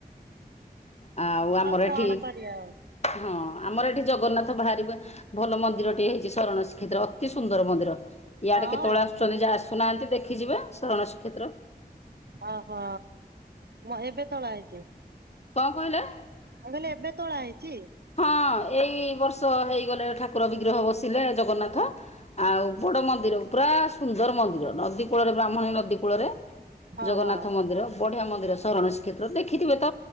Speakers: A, on the left; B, on the right.
A: ଆଉ ଆମର
B: କଣ
A: ଏଠି
B: କରିବା
A: ହଁ ଆମର ଏଠି ଜଗନ୍ନାଥ ବାହାରିବ ଭଲ ମନ୍ଦିରଟିଏ ହେଇଛି ଶରଣ ଶ୍ରୀକ୍ଷେତ୍ର ଅତି ସୁନ୍ଦର ମନ୍ଦିର ୟାଡେ
B: ଆଉ
A: କେତେବେଳେ ଆସୁଛନ୍ତି ଯ ଆସୁନାହାନ୍ତି ଦେଖିଯିବେ ଶରଣ ଶ୍ରୀକ୍ଷେତ୍ର
B: ଓହୋ ମୁ ଏବେ ତଳେ ହୋଇଛି
A: କଣ କହିଲା?
B: ମୁଁ କହିଲି ଏବେ ତୋଳା ହେଇଛି
A: ହଁ ଏଇ ବର୍ଷ ହେଇଗଲେ ଠାକୁର ବିଗ୍ରହ ବସିଲେ ଜଗନ୍ନାଥ ଆଉ ବଡ ମନ୍ଦିର ପୁରା ସୁନ୍ଦର ମନ୍ଦିର ନଦୀ କୂଳରେ ବ୍ରାହ୍ମଣୀ ନଦୀ କୂଳରେ
B: ଓହୋ।
A: ଜଗନ୍ନାଥ ମନ୍ଦିର ବଢିଆ ମନ୍ଦିର ଶରଣ ଶ୍ରୀକ୍ଷେତ୍ର ଦେଖିଥିବେ ତ